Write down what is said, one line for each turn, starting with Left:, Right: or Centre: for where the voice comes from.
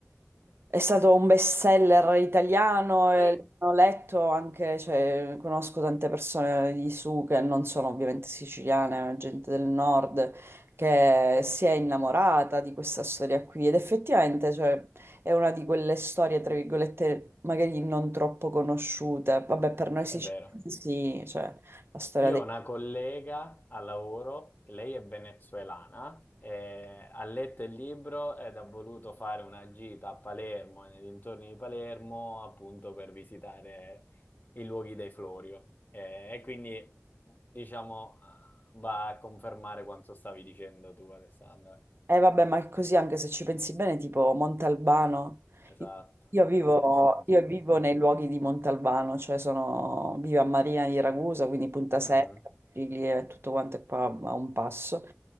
Right: è stato un best seller italiano e
Left: Sì.
Right: l'ho letto anche, cioè, conosco tante persone di su che non sono ovviamente siciliane, ma gente del nord che si è innamorata di questa storia qui ed effettivamente, cioè, è una di quelle storie, tra virgolette, magari non troppo conosciute. Vabbè, per noi
Left: È
Right: siciliani
Left: vero.
Right: sì, cioè, la storia
Left: Io
Right: dei...
Left: ho una collega al lavoro, che lei è venezuelana, e ha letto il libro ed ha voluto fare una gita a Palermo e nei dintorni di Palermo appunto per visitare i luoghi dei Florio. Eh, E, quindi, diciamo, eh, va a confermare quanto stavi dicendo tu, Alessandra.
Right: Eh vabbè, ma è così anche se ci pensi bene, tipo Montalbano.
Left: Esatto,
Right: Io io vivo,
Left: esatto, sto pensando
Right: io vivo
Left: proprio.
Right: nei
Left: a
Right: luoghi di Montalbano, cioè sono, vivo a Marina di Ragusa, quindi Punta Secca,
Left: quello. Mhm.
Right: Piglia e tutto quanto è qua a un passo.